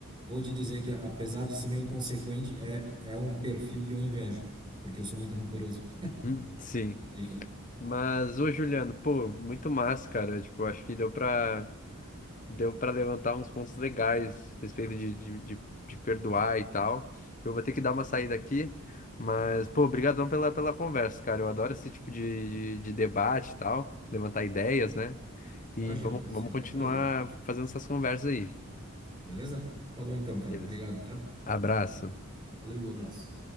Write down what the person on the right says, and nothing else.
Vou te dizer que apesar de ser meio inconsequente, é é um perfil que eu invejo, porque eu sou muito rancoroso,
tá ligado?
Imagino,
que é
sempre
é um prazer.
Beleza? Falou então, cara.
Obrigado, tá?
Valeu, abraço.